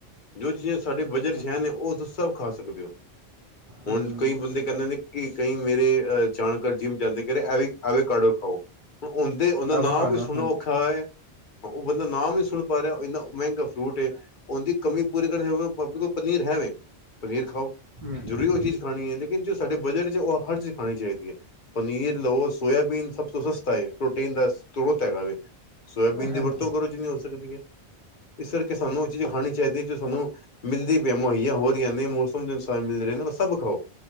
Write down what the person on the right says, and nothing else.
ਹਾਂਜੀ।
ਹੂੰ
ਐਵਾਕਾਡੋ
ਹਾਂਜੀ
ਹੂੰ
ਹਾਂਜੀ